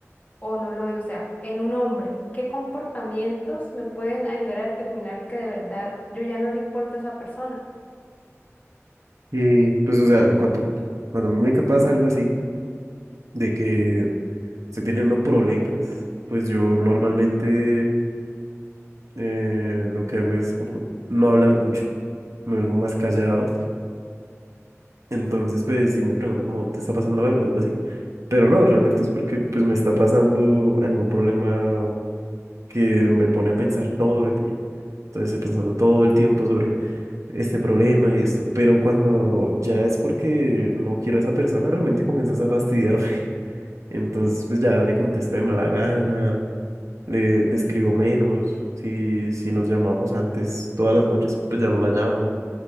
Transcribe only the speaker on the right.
eh, pues, o sea, cuando, cuando a mí me pasa algo así, de que estoy teniendo problemas, pues yo normalmente eh, lo que hago es como no hablar mucho, me vuelvo más callado. Entonces, pues sí me pregunta como, ¿te está pasando algo? Algo así. Pero no, realmente es porque pues me está pasando algún problema que me pone a pensar todo el día. Entonces estoy pensando todo el tiempo sobre este problema y esto. Pero cuando ya es porque no quiero a esa persona, realmente comienzas a fastidiarme. <laughs> Entonces pues ya le contesto de mala gana le, le escribo menos, si, si nos llamamos antes todas las noches, pues ya no la llamo,